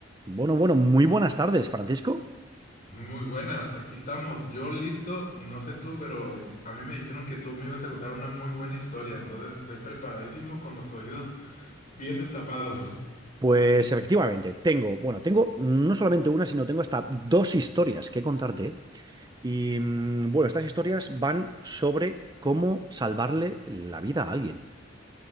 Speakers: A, on the right (about 20°); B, on the left (about 45°).
A: Bueno, bueno, muy buenas tardes, Francisco.
B: Muy buenas, aquí estamos. Yo listo y no sé tú, pero y- a mí me dijeron que tú me ibas a contar una muy buena historia, entonces estoy preparadísimo con los oídos bien destapados. <laughs>
A: Pues efectivamente, tengo, bueno, tengo no solamente una, sino tengo hasta dos historias que contarte. ¿eh? Y mm, bueno, estas historias van sobre cómo salvarle la vida a alguien.